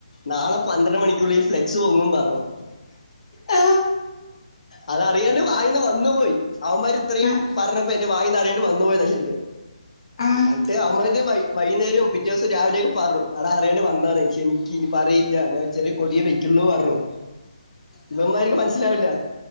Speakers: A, on the left; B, on the left.
A: നാളെ പന്ത്രണ്ട് മണിക്കുള്ളഈ ഫ്ലെക്സ് പോങ്ങും പറഞ്ഞു
B: ആഹ്
A: അത അറിയാണ്ട് വായിന്ന് വന്നുപോയി അവന്മാര് ഇത്രയും
B: ആഹ്
A: പറഞ്ഞപ്പോ എന്റെ വായിന്ന് അറിയാണ്ട് വന്നു പോയിന്നാ ശരിക്ക്
B: ആഹ്
A: ആ <inaudible> എന്നട്ട് അവമ്മത് വൈകുന്നേരം പിറ്റേ ദിവസം രാവിലെയേക്ക് പറഞ്ഞു അള അറിയേണ്ട വന്നതാണ് ക്ഷമിക്കക്ക് ഇനി പറയില്ല ഇല്ല ഞാൻ ചെറിയ കൊടിയെ വെക്കുള്ളൂ പറഞ്ഞു ഇവന്മാർക്ക് മനസ്സിലാവില്ല